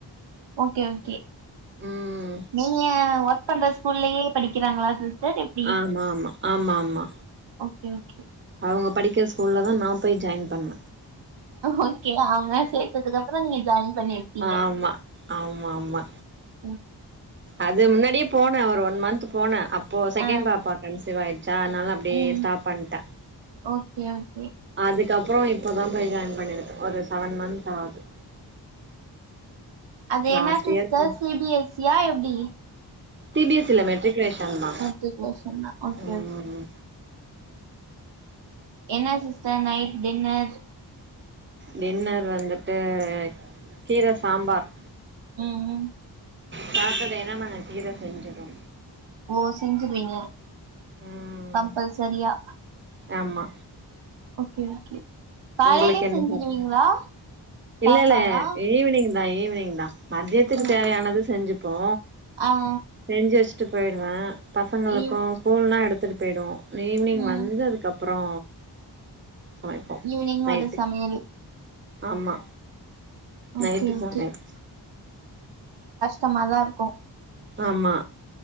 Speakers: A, on the right; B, on the right.
A: ஓகே ஓகே
B: ம்
A: நீங்க ஒர்க் பண்ற ஸ்கூல்லேயே படிக்கிறாங்களா சிஸ்டர் எப்டி
B: ஆமாமா ஆமாமா
A: ஓகே ஓகே
B: அவங்க படிக்கிற ஸ்கூல்ல தா நா போய் ஜாய்ன் பண்ண
A: ஓகே அவுங்கலா சேத்ததுக்கு அப்புறோ நீங்க ஜாய்ன் பண்ணிருக்கீங்க
B: ஆமா ஆமா ஆமா
A: ம்
B: அது முன்னாடியே போன ஒரு ஒன் மன்த் போன அப் ப்போ செகேன்
A: ஆ
B: பாப்பா கன்சிவ் ஆய்ச்சா அனால அப்டியே
A: ம்
B: ஸ்டாப் பன்ட
A: ஓகே ஓகே
B: அதுக்கப்புறோ இப்போதா போய் ஜாயான் பண்ணிருக்க ஒரு சவன் மன்த் ஆது
A: அது
B: லாஸ்ட்
A: என்ன sister
B: இயர் போனே
A: C B S C யா எப்டி
B: சி பி எஸ் இல்ல மெட்ரிக்குலேஷன் தா
A: துக்லே சொன்னா ஓகே
B: ம்
A: ஆய்சி என்ன சிஸ்டர் நைட் டின்னர்
B: டின்னர் வந்துட்டு கீர சாம்பார்
A: ம் ம்
B: சாட்டடே ஆனா நாங்க கீர செஞ்சிடோ
A: ஓ செஞ்சுடுவீங்க
B: ம்
A: கம்பல்சரியா
B: ஆமா
A: ஓகே ஓகே காலையிலயே
B: உங்களுக்கு என்ன
A: செஞ்சிடுவீங்களா
B: சாப்பாடு
A: சாப்பாட்லா
B: இல்ல இல்ல ஈவினிங் தா ஈவினிங் தா மந்தியத்துக்கு
A: ஓ
B: தேவையானது செஞ்சுப்போ
A: ஆ
B: செஞ்சு வெச்சுட்டு போய்டுவ பசங்களுக்கு
A: ஈவ்
B: ஸ்கூல்னா எடுத்துட்டு பேய்டுவோ ஈவ்னிங்
A: ம்
B: வந்து அதுக்கப் ப்புறோ சமைப்போ
A: ஈவ்னிங்கு
B: நைட்டுக்கு
A: ஒரு சமையல்
B: ஆமா
A: ஓகே
B: நைட்டு
A: ஓகே
B: சமைக்
A: தமாதா இருக்கு
B: ஆமா